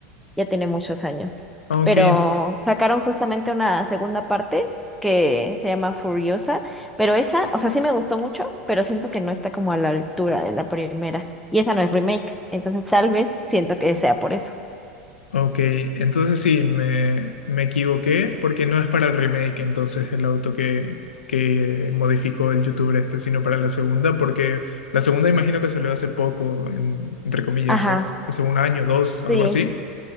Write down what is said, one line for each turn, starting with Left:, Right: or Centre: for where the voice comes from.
Centre: ya tiene muchos años.
Left: Ah, Ok,
Centre: Pero sacaron justamente una segunda parte que se llama Furiosa, pero esa, o sea, sí me gustó mucho, pero siento que no está como a la altura de la primera. Y esa no es remake, entonces tal vez siento que sea por eso.
Left: Ok, entonces sí, me, me equivoqué porque no es para el remake, entonces el auto que, que modificó el youtuber este, sino para la segunda, porque la segunda imagino que salió hace poco, en- entre comillas,
Centre: Ajá,
Left: hace hace un año, dos,
Centre: sí,
Left: algo así.